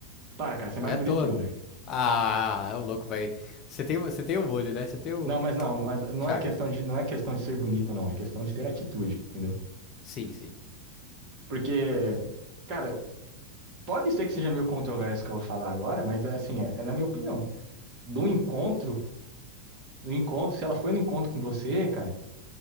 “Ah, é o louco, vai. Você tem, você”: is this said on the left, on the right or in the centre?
Left